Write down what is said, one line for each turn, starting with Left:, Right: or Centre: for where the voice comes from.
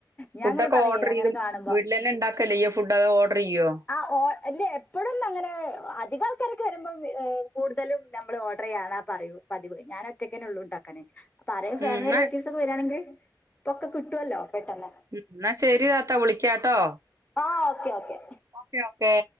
Left: ഞാൻ
Right: ഫുഡൊക്കെ
Left: അങ്ങനെ പറയേ
Right: ഓർഡർ
Left: അങ്ങനെ
Right: ചെയ്തും
Left: കാണുമ്പോ
Right: വീട്ടിലല്ലാം ഉണ്ടാ ക്കല്ലെ ചെയ്യാ ഫുഡ് ഓഡർ ചെയ്യോ
Left: ആ ഓ അല്ല എപ്പോഴും അങ്ങനെ അധിക ആൾക്കാരൊക്കെ വരുമ്പോം കൂടുതലും ഞമ്മള് ഓർഡർ യ്യാനാ പറയൂ പതിവ് ഞാൻ ഒറ്റയ്ക്കന്നെ ഉള്ളു ഇണ്ടാക്കാന് അപ്പൊ ആരേം
Right: ഉം
Left: ഫാമിലി
Right: എന്നാ
Left: റിലേറ്റീവ്സ് ഒക്കെ വരാണെങ്കിൽ ഒപ്പൊക്കെ കിട്ടുവല്ലോ പെട്ടെന്ന്
Right: ഉ എന്നാ ശരി താത്താ വിളിക്കാട്ടോ
Left: ആ ഓക്കേ ഓക്കെ
Right: ഓക്കെ ഓക്കെ